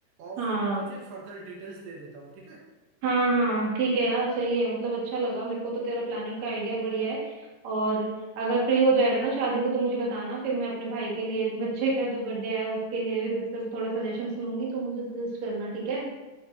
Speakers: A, on the right; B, on the right.
A: और
B: हाँ
A: फिर ना तुझे फर्दर डिटेल्स दे देता हूँ ठीक है
B: हाँ हाँ ठीक है यार सही है मतलब अच्छा लगा मेरे को तो तेरा प्लानिंग का आइडिया बढ़िया है और अगर फ्री हो जाएगा ना शादी से तो मुझे बताना फिर मैं अपने भाई के लिए बच्चे का जो बर्थडे है उसके लिए भी तुझसे थोड़ा सजेशंस लूंगी तो मुझे सजेस्ट करना ठीक है